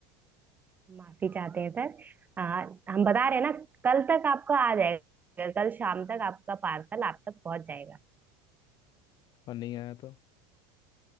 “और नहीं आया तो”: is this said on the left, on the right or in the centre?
Left